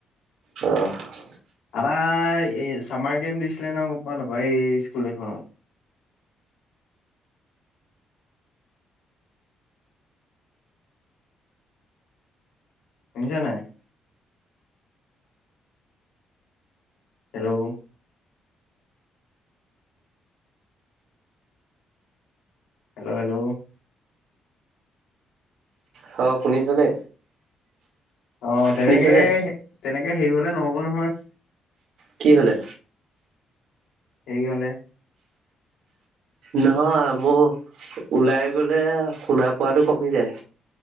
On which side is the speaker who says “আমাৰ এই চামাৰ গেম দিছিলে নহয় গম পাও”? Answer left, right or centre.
Left